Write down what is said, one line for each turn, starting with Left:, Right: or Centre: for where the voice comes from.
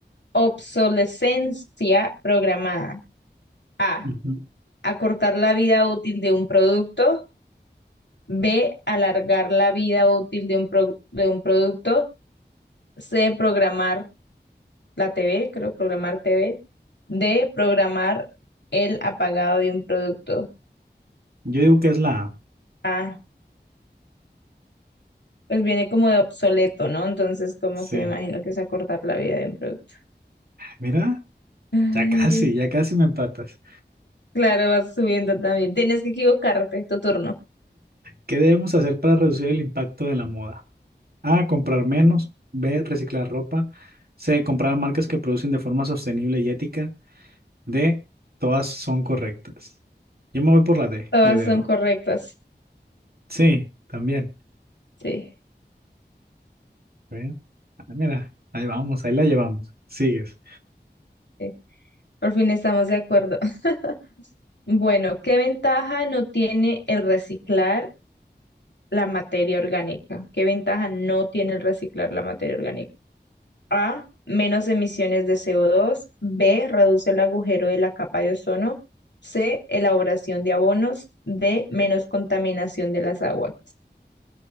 Left: obsolescencia programada? A,
Right: Ujú.
Left: acortar la vida útil de un producto. B, alargar la vida útil de un, pro- de un producto. C, programar la TV, creo, programar TV. D, programar el apagado de un producto.
Right: Yo digo que es la A.
Left: Ah, pues viene como de obsoleto, ¿no? Entonces, como
Right: Sí.
Left: que me imagino que es acortar la vida de un producto.
Right: Mira,
Left: Ay,
Right: ya casi, ya casi me empatas.
Left: claro, vas subiendo también. Tienes que equivocarte, tu turno.
Right: ¿Qué debemos hacer para reducir el impacto de la moda? A, comprar menos. B, reciclar ropa. C, comprar marcas que producen de forma sostenible y ética. D, todas son correctas. Yo me voy por la D,
Left: Todas
Right: de dedo.
Left: son correctas.
Right: Sí, también.
Left: Sí,
Right: A ver, ah, Mira, ahí vamos, ahí la llevamos. Sigues.
Left: sí. Por fin estamos de acuerdo. <laughs> Bueno, ¿qué ventaja no tiene el reciclar la materia orgánica. ¿Qué ventaja no tiene el reciclar la materia orgánica? A, menos emisiones de CO2. B, reduce el agujero de la capa de ozono. C, elaboración de abonos. D, menos contaminación de las aguas.